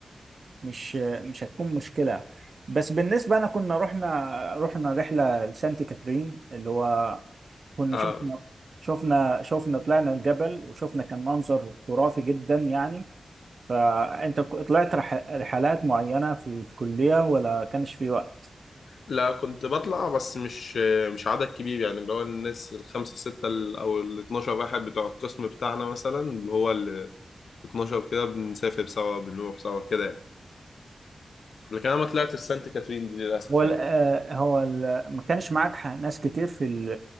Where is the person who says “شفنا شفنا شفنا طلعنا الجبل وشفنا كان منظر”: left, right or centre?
Right